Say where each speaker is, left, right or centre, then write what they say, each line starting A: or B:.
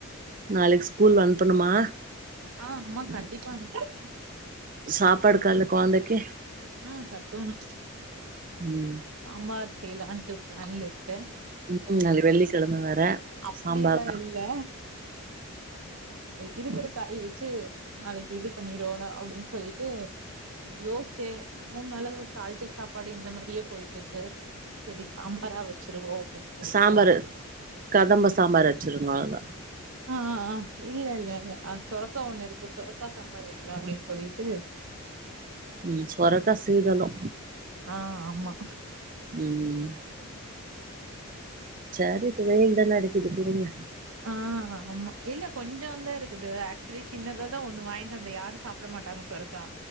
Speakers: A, on the right; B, on the right.
A: நாளைக்கு ஸ்கூல் அனுப்பனுமா
B: ஆ ஆமா கண்டிப்பா அனுப்பனு
A: சாப்பாடு கால்ல கொழந்தைக்கு
B: ம் கட்டும்
A: ம்
B: சாம்பார் செய்லான்ட்டு பிளான்ல இருக்க
A: ம் அதுல வெள்ளிக்கெழம வேற
B: அப்படி
A: சாம்பார்
B: எல்லா
A: தா
B: இல்ல இருக்கிற காய வச்சு நாளைக்கி இது பண்ணிருனு அப்டின்னு சொல்லிட்டு யோசிச்சே மூணு நாளா இந்த தாளிச்ச சாப்பாடு இந்த மாரியே போயிட்டு இருக்கு சேரி சாம்பாரா வச்சிருவோ அப்டின்னு சொல்லிட்டு
A: சாம்பாரு கதம்ப சாம்பார் வச்சுருந்தோ நல்லா
B: ஆ ஆ ஆ இல்ல இல்ல ஆ சொரக்கா ஒண்ணு இருக்கு சொரக்கா சம்பார் வைக்கலாமேனு சொல்லிட்டு
A: ம் சொரக்கா சீதனு
B: ஆ ஆமா
A: ம் சரி இப்ப வெயில்தான அடிக்கிது குடுங்க
B: ஆ ஆமா இல்ல கொஞ்சோதா இருக்குது ஆக்சுவலி சின்னதாதா ஒண்ணு வாங்கிட்டு வந்த யாரும் சாப் ப்புட மாட்டாங்க சொரக்கா